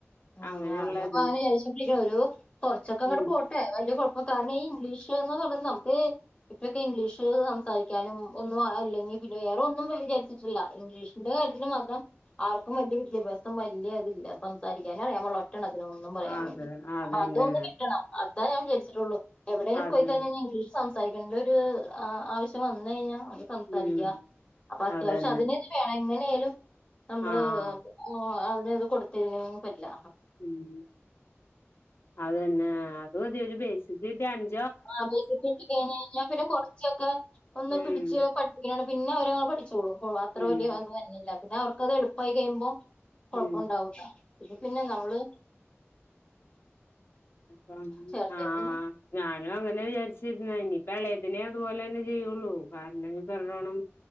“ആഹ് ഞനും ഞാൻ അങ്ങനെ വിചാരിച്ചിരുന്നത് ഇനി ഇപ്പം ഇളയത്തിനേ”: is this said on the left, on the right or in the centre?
Left